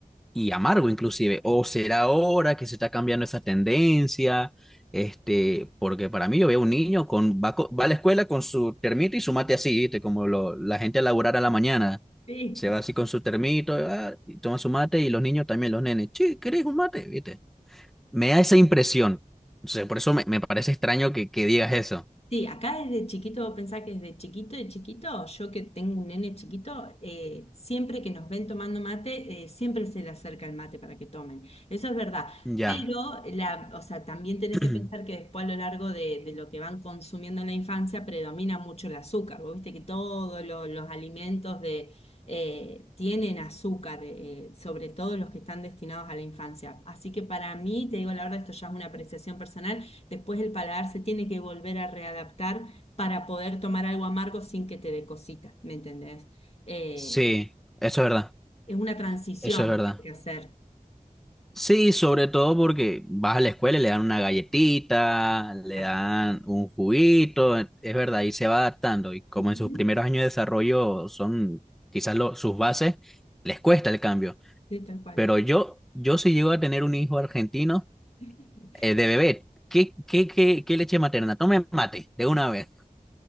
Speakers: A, in the centre; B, on the left.
A: y amargo inclusive. O será ahora que se está cambiando esa tendencia, este, porque para mí yo veo un niño con va, co- va a la escuela con su termito y su mate así, ¿viste? como lo- la gente a laburar a la mañana.
B: Sí,
A: Se va así con su termito, ah, y toma su mate y los niños también, los nenes, che, ¿querés un mate? ¿Viste? Me da esa impresión. Entonces, por eso me, me parece extraño que, que digas eso.
B: Sí, acá desde chiquito, pensá que desde chiquito de chiquito, yo que tengo un nene chiquito, eh, siempre que nos ven tomando mate, eh, siempre se le acerca el mate para que tomen. Eso es verdad.
A: Ya.
B: Pero la, o sea, también tenés
A: <clears throat>
B: que pensar que después a lo largo de, de lo que van consumiendo en la infancia predomina mucho el azúcar. Vos viste que todos lo- los alimentos de, eh, tienen azúcar, eh, eh, sobre todo los que están destinados a la infancia. Así que para mí, te digo la verdad, esto ya es una apreciación personal. Después el paladar se tiene que volver a readaptar para poder tomar algo amargo sin que te dé cosita, ¿me entendés? Eh,
A: Sí, eso es verdad.
B: es una transición
A: Eso es verdad.
B: que hay que hacer.
A: Sí, sobre todo porque vas a la escuela y le dan una galletita, le
B: Ah,
A: dan un juguito, e, es verdad, y se va adaptando. Y como
B: ujú,
A: en sus primeros años de desarrollo son quizás lo- sus bases, les cuesta el cambio.
B: Sí, tal cual.
A: Pero yo, yo si llego a tener un hijo argentino
B: <laughs>
A: eh, de bebé, ¿qué, qué, qué, qué leche materna? Tome mate de una vez.